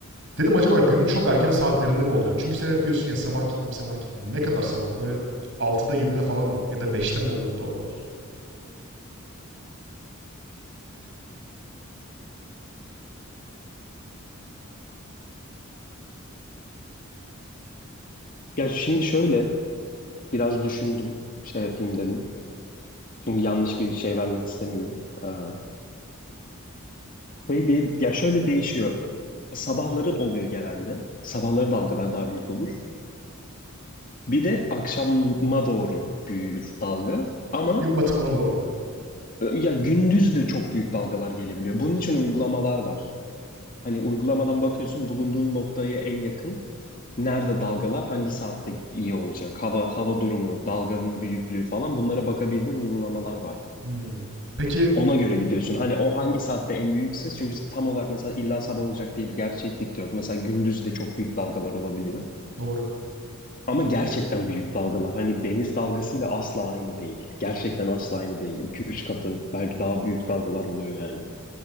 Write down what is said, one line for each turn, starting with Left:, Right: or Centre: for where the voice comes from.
Right: Dedim acaba günün çok erken saatlerinde mi oluyor? Çünkü sen hep diyorsun ya sabah gittim, sabah gittim. Ne kadar sabah? Böyle altıda, yedide falan mı? Ya da beşte mi oluyor bu dalgalar?
Left: Ya şimdi şöyle biraz düşündüm, şey yapayım dedim. Çünkü yanlış bir şey vermek istemiyorum. Aa, Şey diye, ya şöyle değişiyor. Sabahları oluyor genelde. Sabahları dalgalar daha büyük olur. Bir de akşama doğru büyür dalga. Ama
Right: Gün batımına doğru.
Left: e, ya gündüz de çok büyük dalgalar gelebiliyor. Bunun için uygulamalar var. Hani uygulamadan bakıyorsun bulunduğun noktaya en yakın nerede dalgalar, hangi saatte iyi olacak, hava hava durumu, dalganın büyüklüğü falan bunlara bakabildiğin uygulamalar var.
Right: Hmm. Peki
Left: Ona göre gidiyorsun. Hani o hangi saatte en büyük ses? Çünkü tam olarak mesela illa sabah olacak diye bir gerçeklik de yok. Mesela gündüz de çok büyük dalgalar olabiliyor.
Right: Doğru.
Left: Ama gerçekten büyük dalgalar. Hani deniz dalgasıyla asla aynı değil. Gerçekten asla aynı değil. 2 üç katı belki daha büyük dalgalar oluyor yani.